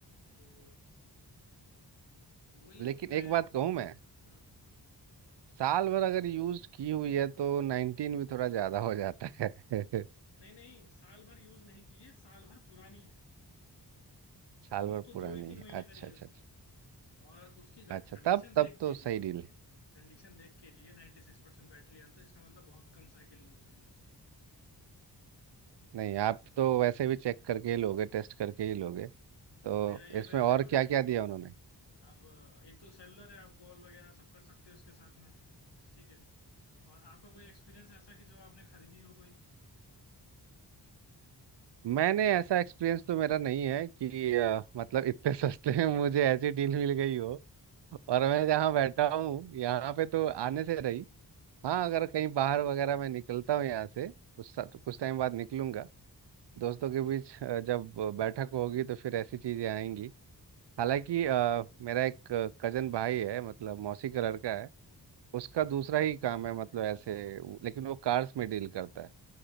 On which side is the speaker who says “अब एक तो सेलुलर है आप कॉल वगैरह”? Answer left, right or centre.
Left